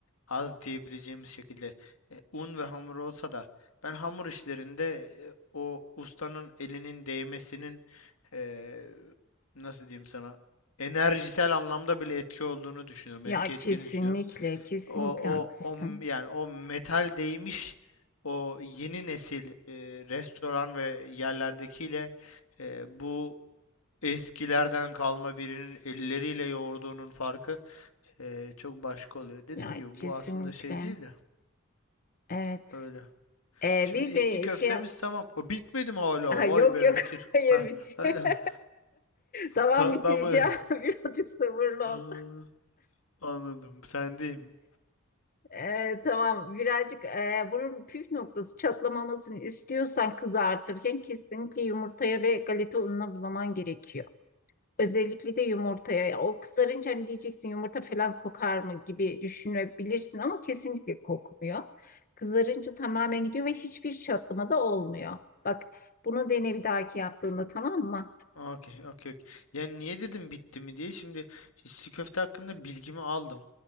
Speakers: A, on the left; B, on the left.
A: az diyebileceğimiz şekilde e, un ve hamur olsa da ben hamur işlerinde e, o ustanın elinin değmesinin e, nasıl diyeyim sana enerjisel anlamda bile etki olduğunu düşünüyorum,
B: Ya
A: etki ettiğini
B: kesinlikle,
A: düşünüyorum.
B: kesinlikle
A: O
B: haklısın.
A: o o m- yani o metal değmiş o yeni nesil e, restoran ve yerlerdekiyle e, bu eskilerden kalma birinin elleriyle yoğurduğunun farkı e, çok başka oluyor. Dediğim
B: Ya
A: gibi
B: kesinlikle.
A: bu aslında şey değil de
B: Evet.
A: öyle.
B: E,
A: Şimdi
B: bir
A: içli
B: de
A: köftemiz
B: şey
A: tamam. O bitmedi mi hala?
B: Ha, yok
A: Vay be
B: yok
A: bitir.
B: <laughs> hayır
A: Ha.
B: bitir.
A: <laughs>
B: <laughs> Tamam
A: Ha,
B: bitireceğim.
A: ben bu-
B: <laughs> Birazcık sabırlı
A: Ha,
B: ol.
A: anladım. Sendeyim.
B: Ee, tamam birazcık e, bunun püf noktası çatlamamasını istiyorsan kızartırken kesinlikle yumurtaya ve galeta ununa bulaman gerekiyor. Özellikle de yumurtaya. O kızarınca hani diyeceksin yumurta falan kokar mı gibi düşünebilirsin ama kesinlikle kokmuyor. Kızarınca tamamen gidiyor ve hiçbir çatlama da olmuyor. Bak bunu dene bir dahaki yaptığında tamam mı?
A: Okey, okey, okey. Yani niye dedim bitti mi diye. Şimdi içli köfte hakkında bilgimi aldım.